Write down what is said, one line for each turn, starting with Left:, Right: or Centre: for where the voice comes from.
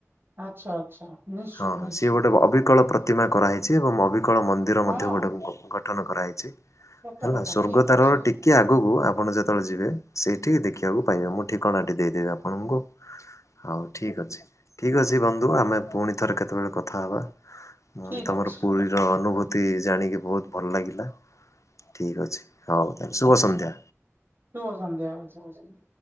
Right: ଆଚ୍ଛା ଆଚ୍ଛା ନିଶ୍ଚୟ
Left: ହଁ ହଁ
Right: ନିଶ୍ଚୟ
Left: ସିଏ ଗୋଟେ ଅବିକଳ ପ୍ର ପ୍ରତିମା କରା ଯାଇଛି ଏବଂ ଅବିକଳ ମନ୍ଦିର
Right: ହଁ
Left: ମଧ୍ୟ ଗୋଟେକୁ ଗଠନ କରାଯାଇଛି।
Right: ସତ
Left: ହେଲା
Right: କଥା
Left: ସ୍ୱର୍ଗଦ୍ୱାର
Right: ଠିକ ଅଛି।
Left: ଟିକେ ଆ ଆଗକୁ ଆପଣ ଯେତେବେଳେ ଯିବେ ସେଇଠି ଦେଖିବାକୁ ପାଇବେ ମୁଁ ଠିକଣାଟି ଦେଇଦେବି ଆପଣଙ୍କୁ। ହଉ ଠିକ ଅଛି ଠିକ ଅଛି ବନ୍ଧୁ ଆମେ ପୁଣି ଥରେ କେତେବେଳେ କଥା ହବା। ହଁ
Right: ଠିକ
Left: ତମର
Right: ଅଛି
Left: ପୁରୀର ଅନୁଭୂତି ଜାଣିକି ବହୁତ ଭଲ ଲାଗିଲା। ଠିକ ଅଛି ହଉ ତାହେଲେ ଶୁଭ ସନ୍ଧ୍ୟା।
Right: ଶୁଭ ସନ୍ଧ୍ୟା ଶୁଭ ସନ୍ଧ୍ୟା।